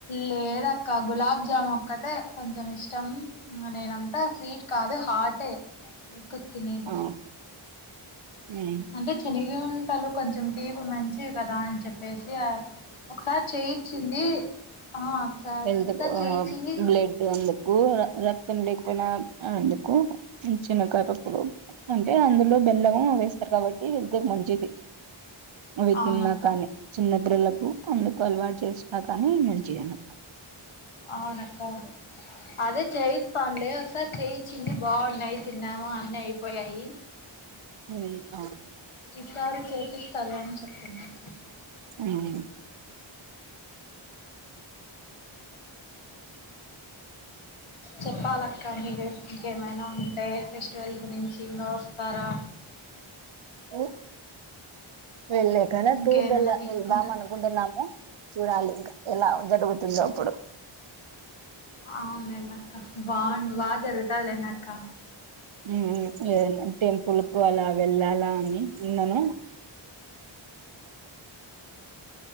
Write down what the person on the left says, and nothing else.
లేదక్క గులాబ్ జాము ఒక్కతే కొంచం ఇష్టం. నేనంతా స్వీట్ కాదు హాట్ఏ తినేది
అంటే చెన్న ఎ వంటలు కొంచెం తీపి మంచివి కదా అని చెప్పేసి ఒకసారి చేయిచ్చింది ఆ అక్క
ఒకసారి
చేయిచ్చింది
అవునక్క
అవునక్క అదే చేయిస్తానులే ఒకసారి చేయిచింది బాగున్నాయి తిన్నాము అన్నీ అయిపోయాయి
ఈసారి చేపిస్తాలే అని చెప్తున్నారు
చెప్పాలక్క మీరే ఇంకేమైనా ఉంటే ఫెస్టివల్ గురించి ఇంకా వస్తారా
ఇంకేమైనా
తీసుకుంటారా
అవునులేండి అక్క బాగుండు బాగా జరుగుతుందిలే నాక్ కా